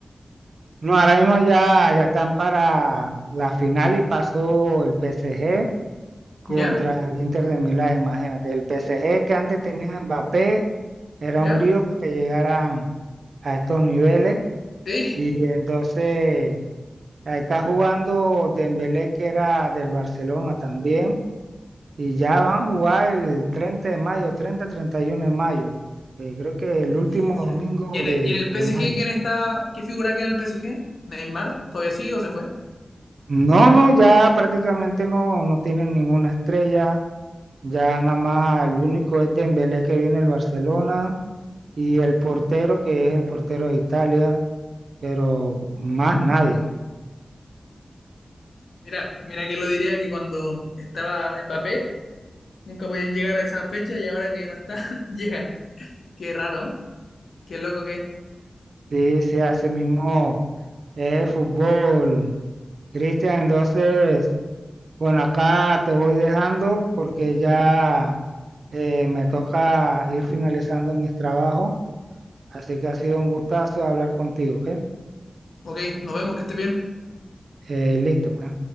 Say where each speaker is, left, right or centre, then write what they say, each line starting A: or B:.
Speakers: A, on the right; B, on the left.
A: No, ahora mismo ya, ya están para la final y pasó el PSG contra
B: ¿Ya?
A: el Inter de Milán, imagínate. El PSG
B: Sí.
A: que antes tenía a Mbappé, era
B: ¿Ya?
A: un lío porque llegaran a estos niveles
B: Sí.
A: y entonces ahí está jugando Dembélé que era del Barcelona también Y ya van a jugar el 30 de mayo, treinta treinta y uno de mayo. Eh, creo que el
B: Mira.
A: último domingo
B: ¿Y en
A: de,
B: el, y en el
A: de
B: PSG
A: mayo.
B: quién está? ¿Qué figura queda en el PSG? ¿Neymar? ¿Todavía sigue o se fue?
A: No, no, ya prácticamente no, no tienen ninguna estrella. Ya nada más el único es Dembélé que viene el Barcelona y el portero que es el portero de Italia, pero más nadie.
B: Mira, mira que lo diría que cuando estaba Mbappé. Nunca podían llegar a esa fecha y ahora que ya no está, <laughs> llegan. Qué raro, ¿eh? Qué loco que es.
A: Sí, sí, así mismo es fútbol. Cristian, entonces, bueno, acá te voy dejando porque ya Eh, me toca ir finalizando mis trabajos, así que ha sido un gustazo hablar contigo, ¿ok?
B: Ok, nos vemos, que esté bien.
A: Eh, listo, pues.